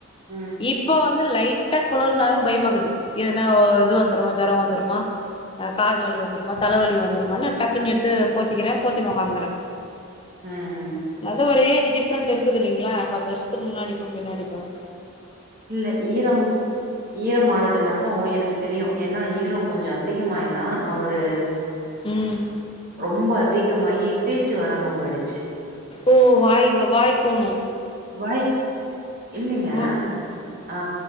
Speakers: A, on the right; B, on the left.
A: ம்
B: இப்ப வந்து லைட்டா குளிர்னாலே பயமாகுது எதுனா இது வந்துருமோ ஜொரோ வந்துருமா காது வலி வந்துருமா தலவலி வந்துருமோன்னு டக்குன்னு எடுத்து போத்திக்கிறே போத்தினு உக்காந்துக்கிறே
A: அ அ அ
B: அதே ஒரே ஏஜ் டிஃப்ரெண்ட் இருக்குதுல்லைங்களா பத்து வருஷத்துக்கு முன்னாடிக்கும் பின்னாடிக்கும்
A: இல்ல ஈரம் ஈரம்மானது மட்டும் எனக்கு தெரியு ஏன்னா ஈரம் கொஞ்சோ அதிகமாயினா நா ஒரு
B: ம்
A: ரொம்ப அதிகமாயி பேச்சு வராம போயிடுச்சு
B: ஓ வாய் வாய்கோணும்
A: வாய் இல்லைங்க
B: ம்
A: ஆ